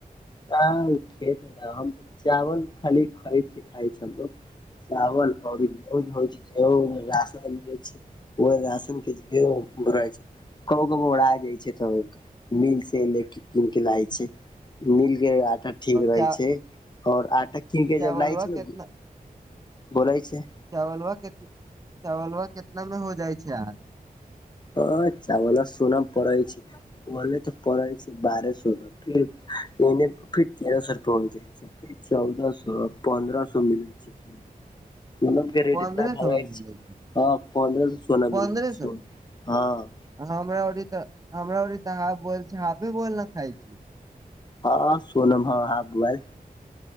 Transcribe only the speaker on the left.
नै उऽ खेत कऽ नै हम चावल खाली खरीद केँ खाइ छी हमलोग चावल आउरी <unintelligible> होय छै <unintelligible> राशन मिलै छैय ओय राशन केँ ढ़ेर बोरा छै कबो कबो ओरा जाइ छै तऽ मिल से ले कीन केँ लाय छै मिल केँ आटा ठीक रहै
छै आओर आटा कीन केँ
जब लाय छै नऽ
बोलै छै
हँ चावलवा सुना पड़ै छै पहले तऽ परै छै बारह सौ रुपये फिर एने फिर तेरह सौ रुपए हो जाय छै चौदह सौ पन्द्रह सौ मिलै छै सोना केँ रेट
इतना भागैत
छै पन्रह सौ सोना
मिलै छै सोलह सौ
हँ
हँ सोनम हँ हाफ बुआइल